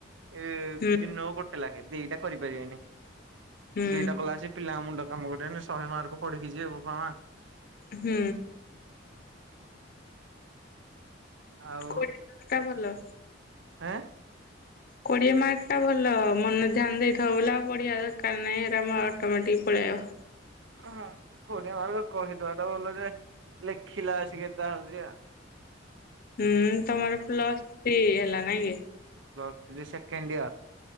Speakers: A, on the right; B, on the left.
A: ଏ
B: ହୁଁ
A: ଦିନକୁ ଗୋଟେ ଲାଖେ ଦିଟା କରିପାରିବେନି
B: ହୁଁ
A: ଦିଟା କଲାସିକି ପିଲାଙ୍କ ମୁଣ୍ଡ କାମ କରିବନି ଶହେ ମାର୍କ ପଢିକି ଯିବେ ଵୋପା ମା।
B: ହୁଁ।
A: ଆଉ
B: କୋଡିଏ ଟା ଭଲ
A: ଆଁ।
B: କୋଡିଏ ମାର୍କ ଟା ଭଲ ମନ ଧ୍ୟାନ ଦେଇଥିବ ବଲେ ଆଉ ପଢିଆ ଦରକାର ନାହିଁ ଏରା ମ ଅଟୋମେଟିକ୍ ପଳେଇ ଆଇବ
A: ହଁ ପୁଣି ଆଉ କହିଦବାଟା ଭଲ ଯେ ଲେଖିଲା ଆସିକି ଏ ତା ହଉଛି ଆ
B: ହୁଁ ତମର ପ୍ଲସ୍ ଥ୍ରି ହେଲା ନାଇଁ କି?
A: Plus three second year.